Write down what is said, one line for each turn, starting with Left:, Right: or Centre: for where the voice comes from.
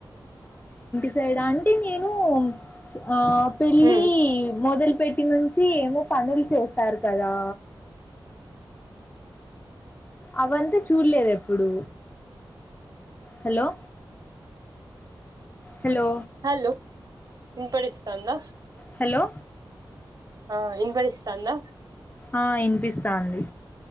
Left: ఇటుసైడ్ అంటే మేము ఆ పెళ్ళి
Right: ఉమ్
Left: మొదలు పెట్టి నుంచి ఏమో పనులు చేస్తారు కదా ఆవంతా చూడలేదు ఎప్పుడు హలో హలో
Right: హలో వినపడుస్తాందా,
Left: హలో
Right: ఆ వినపడిస్తానందా
Left: ఆ వినిపిస్తాంది